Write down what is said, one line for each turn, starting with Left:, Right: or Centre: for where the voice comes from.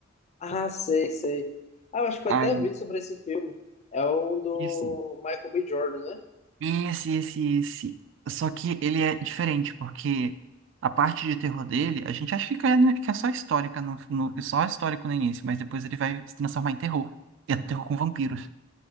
Left: Ah, sei, sei. Ah, eu acho que eu
Right: Aí,
Left: até vi sobre esse filme. É um do
Right: isso.
Left: Michael B. Jordan, né?
Right: Esse, esse, esse. Só que ele é diferente, porque a parte de terror dele, a gente acha que é, né, que é só histórica, no, no- só histórico no início, mas depois ele vai se transformar em terror. E é terror com vampiros.